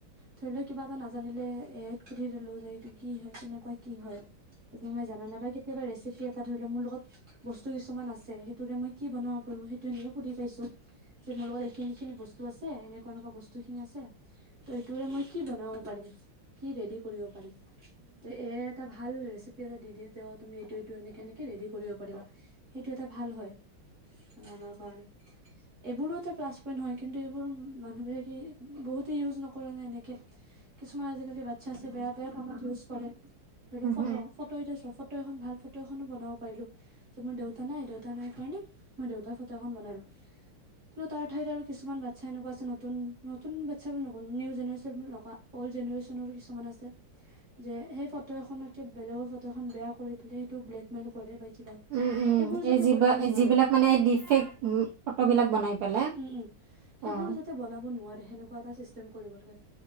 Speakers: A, on the right; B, on the right.
A: ধৰি লও কিবা এটা নাজানিলে এ আইত সুধি দিলো যে এইটো কি হয় কেনেকুৱা কি হয়। এইটো মই জানা নাপায় কেত কেতিয়াবা ৰেচিপি এটা ধৰি মোৰ লগত বস্তু কিছুমান আছে, সেইটোৰে মই কি বনাব পাৰো সেইটোক সুধি চাইছো। যে মোৰ লগত এইখিনি-খিনি বস্তু আছে। এনেকুৱা, এনেকুৱা বস্তু খিনি আছে, ত' এইটোৰে মই কি বনাব পাৰিম কি ৰেডি কৰিব পাৰিম। ত, এ আই এটা ভাল ৰেচ- পি এটা দি দিয়ে যে অ তুমি এইটো এইটো এনেকে ৰেডি কৰিব পাৰিবা সেইটোএটা ভাল হয় বনাবৰ কাৰনে এইবোৰো এটা প্লাচ পইণ্ট হয় কিন্তু বোৰ-মানুহবিলাকে বহুতেই ইউজ নকৰে ন এনেক কিছুমান আজিকালি বাচ্ছা আছে বেয়া বেয়া কামত ইউজ কৰে। ধৰি লও ফটো,
B: অঁ
A: ফটো এতিয়া চ ফ ফটো এখন ভাল ফটো এখনো বনাব পাৰিলোঁ যে মোৰ দেউতা নাই দেউতা নাই, কাৰণে মই দেউতাৰ ফটো এখন বনালো। কিন্তু তাৰ ঠাইত আৰু কিছুমান বা বাচ্ছা এনেকুৱা আছে নতুন, নতুন বাচ্ছা বুলি নক নিউ জেনেৰেশ্যন বুলি নক অল্ড জেনেৰেশ্যনৰো কিছুমান আছে যে সেই ফটো এখনক বেলেগৰ ফটো এখন বেয়া কৰি পেলাই সেইটো ব্লেকমেইল কৰে বা- কিবা
B: উম, উম,
A: সেইবোৰ যাতে
B: এই যিবা
A: কৰিব নোৱাৰে,
B: যিবিলাক মানে এই ডিফেক্ট ফটোবিলাক বনাই পেলাই
A: উম, উম। সেইবোৰ
B: অ',
A: যাতে বনাব নোৱাৰে হেন- কুৱা এটা চিষ্টেম কৰিব ল